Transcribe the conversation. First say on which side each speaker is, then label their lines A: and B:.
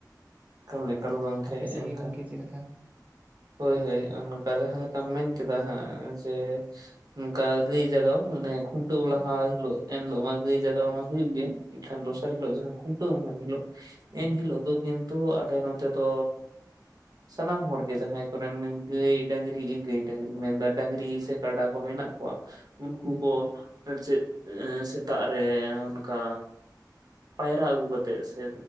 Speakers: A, on the right; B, on the right.
A: ᱮᱠᱟᱞ ᱮᱠᱟᱞ ᱜᱚᱝᱠᱮ
B: ᱟᱯᱮ ᱥᱮᱜ
A: ᱮᱱᱠᱷᱟᱱ
B: ᱜᱮ ᱜᱚᱝᱠᱮ ᱪᱮ ᱞᱮᱠᱟ?
A: ᱦᱳᱭ ᱦᱳᱭ ᱚᱱᱝᱠᱟ ᱡᱟᱦᱟᱸ ᱞᱮᱠᱟᱢ ᱢᱮᱱ ᱠᱮᱫᱟ ᱦᱟᱸᱜ, ᱡᱮ ᱚᱱᱠᱟ ᱜᱟ. ᱭ ᱡᱟᱜᱟ. ᱣ, ᱢᱟᱱᱮ ᱠᱷᱩᱱᱴᱟᱹᱣ
B: ᱦᱩᱸ
A: ᱞᱟᱦᱟ ᱦᱤᱞᱳᱜ ᱮᱱ ᱦᱤᱞᱳᱜ ᱢᱟ ᱜᱟᱹᱭ ᱡᱟᱜᱟ ᱢᱟ ᱦᱳᱭᱳᱜ ᱜᱮ, ᱮᱱᱠᱷᱟᱱ ᱫᱚᱥᱟᱨ
B: ᱦᱩᱸ
A: ᱦᱤᱞᱳᱜ ᱡᱟᱦᱟ ᱠᱷᱩᱱᱴᱟᱹᱣ ᱢᱟᱦᱟ ᱦᱤᱞᱳᱜ
B: ᱦᱩᱸ
A: ᱮᱱ ᱦᱤᱞᱳᱜ ᱫᱚ ᱠᱤᱱᱛᱩ ᱟᱞᱮ ᱱᱚᱛᱮ ᱫᱚ, ᱥᱟᱱᱟᱢ ᱦᱚᱲ ᱜᱮ ᱡᱟᱦᱟᱸᱭ ᱜᱟ. ᱭ ᱰᱟ. ᱝᱨᱤ ᱤ ᱜᱟ. ᱭ ᱰᱟ. ᱝᱨᱤ ᱢᱮᱱᱫᱟ ᱰᱟᱹᱝᱨᱤ ᱥᱮ ᱠᱟᱰᱟ ᱠᱚ ᱢᱮᱱᱟᱜ ᱠᱚᱣᱟ, ᱩᱱᱠᱩ
B: ᱦᱩᱸ
A: ᱠᱚ ᱟᱨ ᱪᱮᱫ ᱥᱮᱛᱟᱜ ᱨᱮ ᱚᱱᱠᱟ, ᱯᱟᱭᱨᱟ ᱟᱹᱜᱩ ᱠᱟᱛᱮᱜ ᱥᱮ